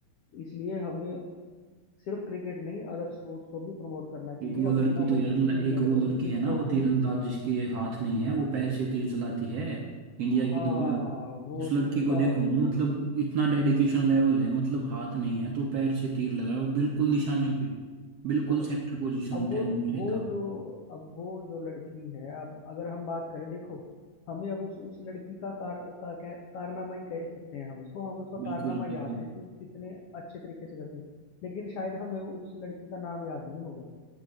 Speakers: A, on the left; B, on the right.
A: इसलिए हमें सिर्फ क्रिकेट नहीं अदर स्पोर्ट्स को भी प्रमोट करना
B: एक
A: चाहिए
B: वो लड़की
A: अभी अपना
B: तो
A: हॉकी
B: यार ल-
A: की टीम
B: एक
A: है
B: वो
A: देखो
B: लड़की
A: कितनी
B: है ना
A: स्ट्रांग
B: वो तीरंदाज
A: हो गई
B: जिसके हाथ नहीं है वो पैर से तीर चलाती है इंडिया की
A: हाँ
B: तो वो।
A: वो
B: उस लड़की
A: उनका
B: को देखो ना मतलब
A: उस
B: इतना डेडिकेशन लेवल है मतलब हाथ नहीं है तो पैर से तीर लगाए और बिल्कुल निशाने पे बिल्कुल
A: बहुत
B: सेंटर
A: जरूरत।
B: पोजीशन
A: अब वो
B: टेन सीधा
A: वो जो अब वो जो लड़की है अब अगर हम बात करें देखो हमें अब उस उस लड़की का कार का कह, कारनामा ही कह सकते हैं हम उसको हमें उसका
B: बिल्कुल
A: कारनामा
B: बिल्कुल
A: याद है कि वो कितने अच्छे तरीके से करती है लेकिन शायद हमें उस लड़की का नाम याद नहीं होगा